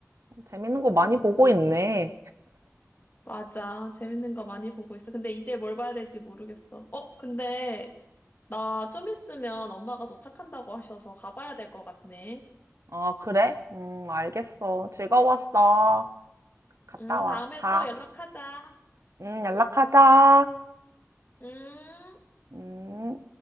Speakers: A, on the right (about 65°); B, on the left (about 35°).
A: 어, 재밌는 거 많이 보고 있네.
B: 맞아. 재밌는 거 많이 보고 있어. 근데 이제 뭘 봐야 될지 모르겠어. 어, 근데 나 좀 있으면 엄마가 도착한다고 하셔서 가봐야 될 것 같네.
A: 아, 그래? 음, 알겠어. 즐거웠어. 갔다
B: 음, 다음에
A: 와. 가.
B: 또 연락하자.
A: 음, 연락하자.
B: 음.
A: 음.